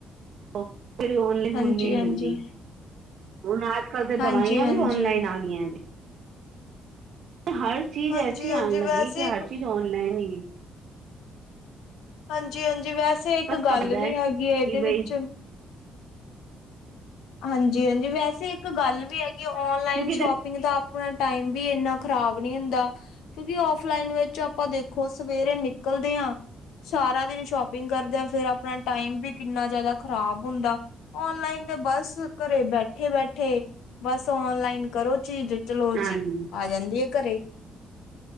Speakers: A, on the right (about 65°); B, on the left (about 85°).
A: ਓਕੇ ਜਿਹੜੀ ਔਨਲਾਈਨ
B: ਹਾਂਜੀ-ਹਾਂਜੀ,
A: ਹੁਣ ਨਹੀਂ ਮਿਲਦੀ ਹੁਣ ਅੱਜ ਕੱਲ ਤੇ
B: ਹਾਂਜੀ-ਹਾਂਜੀ।
A: ਦਵਾਈਆਂ ਵੀ ਔਨਲਾਈਨ ਆ ਗਈਆਂ ਹਰ ਚੀਜ਼
B: ਹਾਂਜੀ-ਹਾਂਜੀ
A: ਐਸੀ ਆਉਣ ਲੱਗੀ
B: ਵੈਸੇ
A: ਕਿ ਹਰ
B: ਇੱਕ
A: ਚੀਜ਼ ਔਨਲਾਈਨ ਹੀ
B: ਹਾਂਜੀ ਹਾਂਜੀ ਵੈਸੇ ਇੱਕ
A: ਬਸ
B: ਗੱਲ
A: ਕਪਦਾ
B: ਵੀ
A: ਕਿ
B: ਹੈਗੀ ਹੈ ਇਹਦੇ
A: ਬਈ
B: ਵਿੱਚ ਹਾਂਜੀ ਹਾਂਜੀ ਵੈਸੇ ਇੱਕ ਗੱਲ ਵੀ ਹੈਗੀ ਔਨਲਾਈਨ
A: ਕਿਉਂਕਿ
B: ਸ਼ੋਪਿੰਗ ਦਾ ਆਪਣਾ ਟਾਈਮ ਵੀ ਇੰਨਾ ਖ਼ਰਾਬ ਨੀ ਹੁੰਦਾ ਕਿਉਂਕਿ ਓਫਲਾਈਨ ਵਿੱਚ ਆਪਾਂ ਦੇਖੋ ਸਵੇਰੇ ਨਿਕਲਦੇ ਹਾਂ ਸਾਰਾ ਦਿਨ ਸ਼ੋਪਿੰਗ ਕਰਦੇਿਆਂ ਫੇਿਰ ਆਪ ਆਪਣਾ ਟਾਈਮ ਵੀ ਕਿੰਨਾ ਜਿਆਦਾ ਖ਼ਰਾਬ ਹੁੰਦਾ ਔਨਲਾਈਨ ਤੇ ਬਸ ਘਰੇ ਬੈਠੇ ਬੈਠੇ ਉਠੇ ਬਸ ਓਨਲਾਈਨ ਕਰੋ ਚੀਜ਼ ਚਲੋ ਜੀ
A: ਹਾਂਜੀ
B: ਆ ਜਾਂਦੀ ਹੈ ਘਰੇ